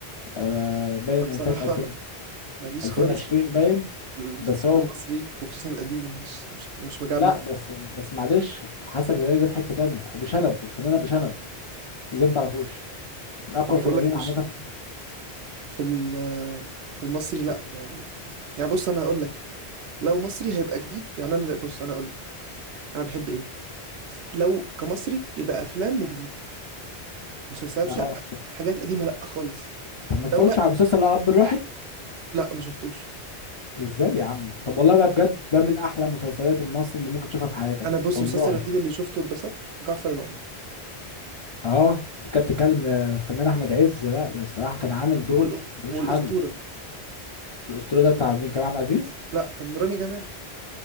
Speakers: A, on the left; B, on the right.
A: آه، باين
B: أنا بصراحة
A: انتاج 2000
B: <laughs> ماليش
A: 2020
B: خالص في الم-
A: باين
B: في المسلسلات
A: بس هو
B: المصري وخصوصا القديمة مش مش مش مجمع
A: لا بس بس معلش حسن الهلالي ده في حته تانية ابو شنب الفنان ابو شنب ازاي ما تعرفوش من اقوى
B: ما انا
A: الفنانين
B: بقول لك مش
A: عامه في-
B: في ال في المصري لا
A: <laughs>
B: يعني يعني بص انا هقول لك لو مصري هيبقى جديد يعني انا بص انا هقول لك انا بحب ايه لو كمصري يبقى افلام وجديده مسلسلات
A: اه
B: لا حاجات قديمه لا خالص
A: طب ما تتفرجش
B: لو بقى
A: على مسلسل اب الروحي
B: لا ما شفتوش
A: ازاي يا عم طب والله بقى بجد ده من احلى المسلسلات المصري اللي ممكن تشوفها في حياتك
B: انا بص
A: والله
B: المسلسل الوحيد اللي شفته واتبسطت جعفر العمدة
A: اه انت كانت بتتكلم آه، الفنان احمد عز لا ده الصراحه كان عامل دور
B: والأ...
A: ملوش
B: والاسطوره
A: حل الاسطوره ده بتاع مين كريم عبد العزيز
B: لا كان رامي جمال